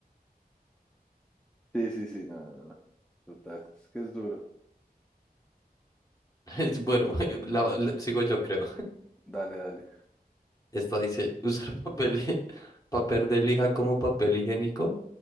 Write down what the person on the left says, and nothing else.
<laughs> Es- Bueno, <laughs> la- la- sigo yo creo.
Esta dice, <laughs> usar papel, hi- <laughs> papel de lija como papel higiénico